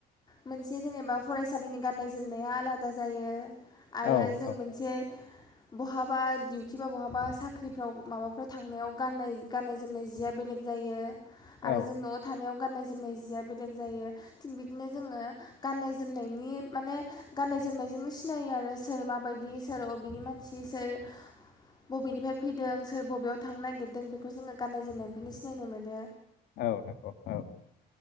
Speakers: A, on the left; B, on the left.
A: मोनसे जेनेबा फरायसालिनि गाननाय जोमनाया आलादा जायो। आयो
B: औ
A: जों
B: औ
A: मोनसे बहाबा दिउटि बा बहाबा साख्रिफ्राव माबाफोर थांनायाव गाननाय - गाननाय जोमनाय जिया बेलेग जायो। आरो
B: औ
A: जों न'आव थानायाव गाननाय जोमनाय जिया बे जायो थिग बिदिनो जोङो गाननाय जोमनायनि माने गाननाय जोमनायजोंनो सिनायो आरो सोर माबायदि सोर बबेनि मानसि सोर बबेनिफ्राय फैदों सोर बबेयाव थांनो नागिरदों बेखौ जोङो गाननाय जोमनायनिफ्रायनो सिनायनो मोनो।
B: औ नंगौ औ।